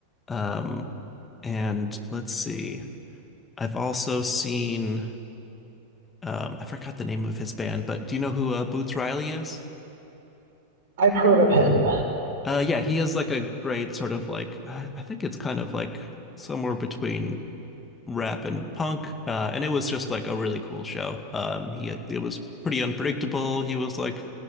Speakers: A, on the left (about 15°); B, on the right (about 55°).
A: Um, and let's see. I've also seen, um, I forgot the name of his band, but do you know who uh, Boots Riley is?
B: I've heard of him.
A: Uh, yeah, he is like a great sort of like, I, I think it's kind of like somewhere between rap and punk, uh, and it was just like a really cool show. Um, he it was pretty unpredictable. He was like